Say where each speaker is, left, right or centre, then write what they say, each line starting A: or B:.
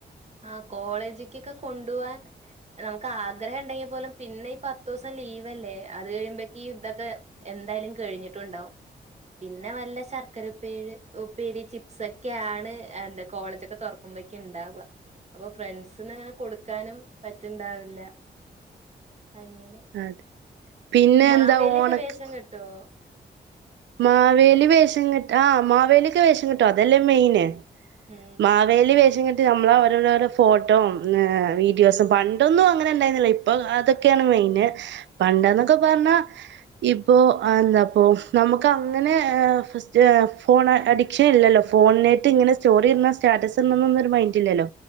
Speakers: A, on the right; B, on the right.
A: ആ കോളേജക്കൊക്കെ കൊണ്ടുവാൻ നമുക്ക് ആഗ്രഹം ഉണ്ടെങ്കിൽ പോലും പിന്നെ ഈ പത്തു ദിവസം ലീവലേ അത് കഴിയുമ്പക്ക് ഇതൊക്കെ എന്തായാലും കഴിഞ്ഞിട്ടുണ്ടാവും പിന്നെ വല്ല ശർക്കര ഉപ്പേ ഉപ്പേരി ചിപ്സ് ഒക്കെയ ആണ് എന്താ കോളേജൊക്കെ തുറക്കുമ്പോക്കും ഉണ്ടാവുക അപ്പൊ ഫ്രണ്ട്സിന്ന് അങ്ങനെ കൊടുക്കാനും പറ്റ്ണ്ടാവില്ല അങ്ങനെ
B: അതെ പിന്നെ
A: മാവേലിഒക്കെ
B: എന്താ ഓണക്ക്
A: വേഷം കെട്ടുവോ
B: മാവേലി വേഷങ്കെട്ട് ആ മാവേലി ഒക്കെ വേഷങ്കെ ട്ടൊ അതല്ലെ മെയ്ന്.
A: ഉം
B: മാവേലി വേഷം കെട്ട് നമ്മളെ ഓരോരോരോ ഫോട്ടോം വീഡിയോസും പണ്ടൊന്നും അങ്ങനെ ഇണ്ടായിരുന്നില്ല ഇപ്പൊ അതൊക്കെയാണ് മെയിന് പണ്ടന്നൊക്കെ പറഞ്ഞാ ഇപ്പോ എന്താപ്പൊ. നമ്മക്ക് അങ്ങനെ ഏ ഫസ്റ്റ് ഫോൺ അഡിക്ഷൻ ഇല്ലല്ലോ. ഫോണ്നെയിട്ട് ഇങ്ങനെ സ്റ്റോറിടണം സ്റ്റാറ്റസ് ഇടണെന്നൊന്നും ഒരു മൈന്റ് ഇല്ലല്ലോ